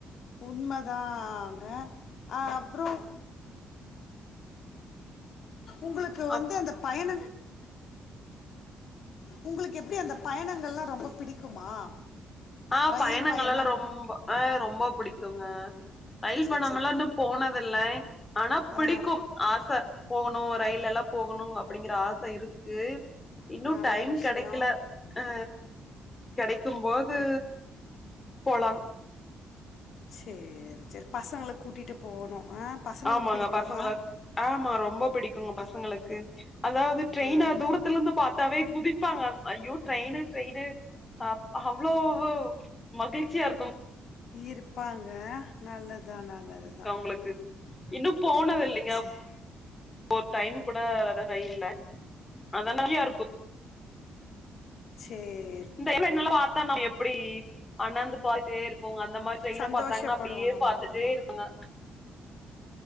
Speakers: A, on the left; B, on the left.
A: உண்ம தாங்க அ அப்றோ உங்குளுக்கு
B: அப்
A: வந்து அந்த பயண உங்குளுக்கு எப்டி அந்த பயணங்கள்லா ரொம்ப பிடிக்குமா
B: ஆ
A: ரயில்
B: பயணங்களலா
A: பயணம்
B: ரொம்ப ஆ ரொம்ப புடிக்குங்க ரயில்
A: சரி
B: பயணமெல்லா
A: சரி
B: இன்னு போனதில்லை ஆனா பிடிக்கு
A: ஆ
B: ஆச போணு ரயில்லலா போகணு அப்டிங்கற ஆச இருக்கு இன்னு
A: நல்ல
B: டைம்
A: விஷயம்
B: கெடைக்ல அ கெடைக்கும்போது போலா
A: சேரி சேரி பசங்கள கூட்டிட்டு போவுனு ஆ பசங்களுக்கு
B: ஆமாங்க
A: பிடிக்குமா
B: பசங்கள ஆமா ரொம்ப பிடிக்குங்க பசங்களுக்கு அதாது ட்ரெய்னா
A: ஆ
B: தூர த்துலந்து பாத்தாவே குதிப்பாங்க அய்யோ ட்ரெயினு ட்ரெயினு அ ஹவ்ளோவு மகிழ்ச்சியா இருக்கு
A: இருப்பாங்க நல்லதுதா நல்லதுதா
B: உங்குளுக்கு இன்னு போனதில்லிங்
A: சேரி
B: ஒரு டைமு கூட ரயில்ல அதனாலயு இருக்கு
A: சேரி
B: இந்த ஏர் பிளேன்லா பாத்தா நம்ம எப்டி அண்ணாந்து பாத்துட்டே இருப்போ அந்த மாரி ட்ரெய்ன
A: சந்தோஷப்படுவாங்க
B: பாத்தாங்னா அப்டியே
A: ஆமாம்
B: பாத்துட்டே
A: ஆமாம்
B: இருப்பாங்க